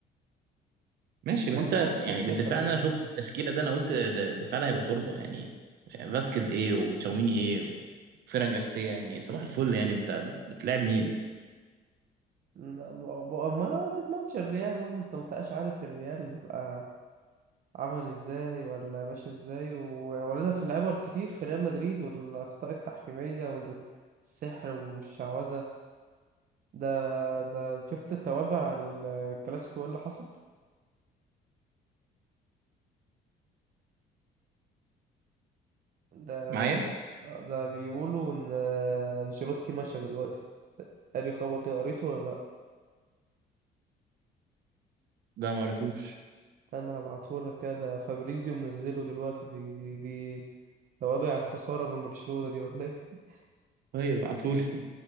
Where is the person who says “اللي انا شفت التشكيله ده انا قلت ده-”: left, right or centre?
Right